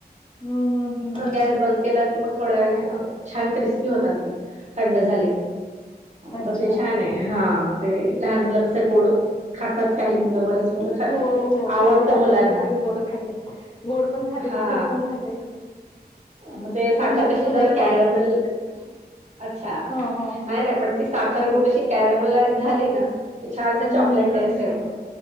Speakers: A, on the left; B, on the right.
A: हम्म हम्म हम्म हम्म
B: के की मग थोड्या छान क्रिस्पी होतात ते थंड झाले ह
A: अच्छा.
B: तर ते छान आहे हा मग ते लहान मुलं कस गोड खातात काही मुलं बरेच मुलं खातात
A: हो हो
B: आवडतं
A: खाते माझी
B: मुलांना
A: मुगे पण गोड खाते गोड पण खाते
B: हा
A: तिखट पण खाते
B: मग ते साखर
A: पण जास्त
B: कशी
A: नाही
B: जरा
A: खात
B: कॅरमल
A: असंच.
B: अच्छा
A: हा हा
B: नाही नाही पण ती साखर गुळ कशी कॅरेमलाइज झाली ना छान अस
A: हम्म
B: चॉकलेट टेस्ट येतो